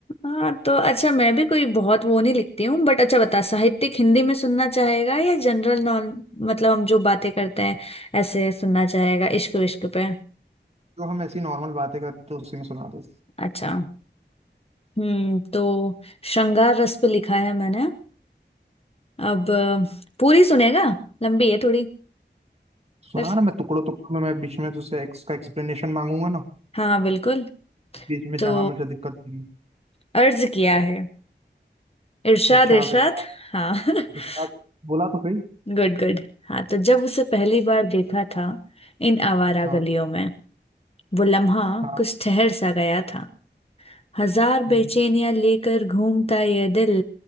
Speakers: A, on the left; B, on the right.
A: हाँ तो अच्छा मैं भी कोई बहुत वो नहीं लिखती हूँ बट अच्छा बता साहित्यिक हिंदी में सुनना चाहेगा या जनरल नॉन मतलब हम जो बातें करते हैं ऐसे सुनना चाहेगा इश्क विश्क पे
B: जो हम ऐसी नॉर्मल बातें करते हैं उसी में सुना दे
A: अच्छा हम्म तो श्रृंगार रस पे लिखा है मैंने अब अ, पूरी सुनेगा लंबी है थोड़ी
B: सुना
A: पर
B: ना मैं टुकड़ों टुकड़ों में मैं बीच में तुझसे ex- का एक्सप्लेनेशन मांगूंगा ना
A: हाँ हाँ बिल्कुल
B: बीच में
A: तो
B: जहां मुझे दिक्कत थी
A: अर्ज किया है इरशाद
B: इरशाद
A: इरशाद
B: इरशाद
A: हाँ <laughs>
B: इरशाद बोला तो सही
A: Good good हाँ तो जब उसे पहली बार देखा था इन आवारा
B: हाँ
A: गलियों में वो लम्हा
B: हाँ
A: कुछ ठहर सा गया था हजार
B: हम्म,
A: बेचैनियां लेकर घूमता ये दिल